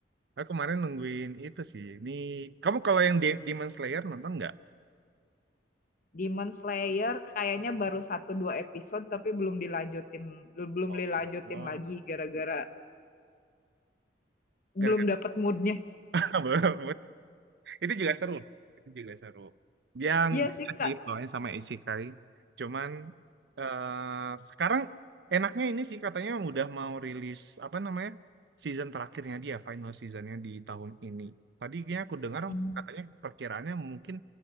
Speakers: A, on the right; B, on the left.
A: Aku kemarin nungguin itu sih. Ini kamu kalau yang De- Demon Slayer nonton nggak?
B: Demon Slayer kayaknya baru satu 2 episode tapi belum dilanjutin belum
A: Oh,
B: dilanjutin
A: oh.
B: lagi gara-gara belum
A: Gara-gara
B: dapet moodnya nya
A: <laughs> belum. Itu juga seru. Itu juga seru. Yang
B: Iya
A: beda
B: sih, Kak,
A: sih pokoknya sama Isekai. Cuman eh sekarang enaknya ini sih katanya udah mau rilis apa namanya? season terakhirnya dia, final seasonnya di tahun ini. Tadi kayaknya aku dengar
B: mhm,
A: katanya perkiraannya mungkin